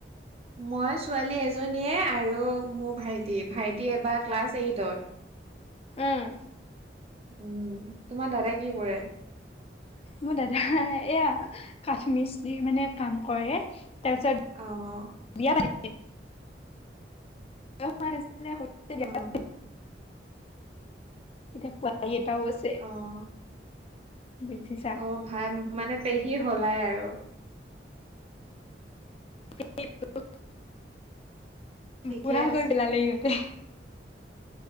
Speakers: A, on the right (about 35°); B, on the left (about 35°).
A: মই ছোৱালী এজনীয়ে আৰু মোৰ ভাইটি ভাইটি এবাৰ ক্লাছ এইটত।
B: উম
A: উম, তোমাৰ দাদাই কি কৰে?
B: মোৰ দাদা এয়া কাঠ মিস্ত্ৰী মানে কাম কৰে তাৰপিছত
A: অ'।
B: <unintelligible> <unintelligible>
A: অ
B: এতিয়া পোৱালী এটাও আছে।
A: অ'।
B: বুজিছা।
A: অ', ভাল মানে পেহী হলাই আৰু।
B: <unintelligible>
A: ঠিকে
B: বুঢ়া
A: আছে
B: কৰি পেলালে ইহঁতে।